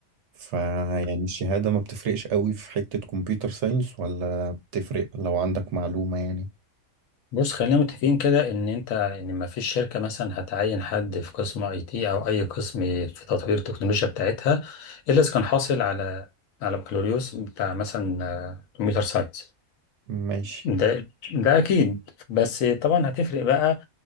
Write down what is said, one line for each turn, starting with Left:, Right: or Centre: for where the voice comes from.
Right: فيعني الشهادة ما بتفرقش قوي في حتة كمبيوتر ساينس ولا بتفرق لو عندك معلومة يعني
Left: بص خلينا متفقين كده إن أنت إن ما فيش شركة مثلا هتعين حد في قسم أي تي أو أي قسم في تطوير التكنولوجيا بتاعتها إلا إذا كان حاصل على على بكالوريوس بتاع مثلا كمبيوتر ساينس
Right: ماشي
Left: ده ده اكيد بس طبعا هتفرق بقى